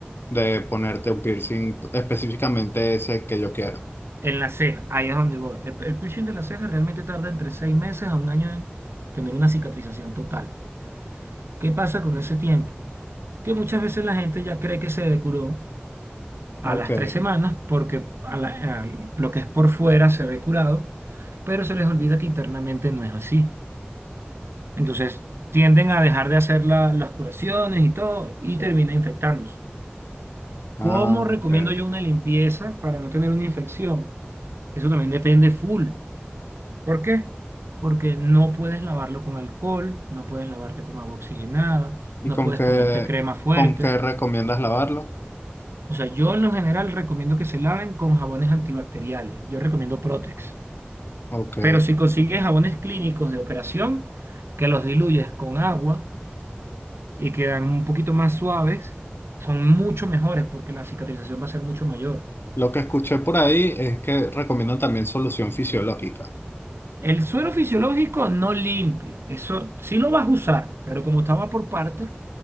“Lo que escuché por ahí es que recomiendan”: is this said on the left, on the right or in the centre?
Left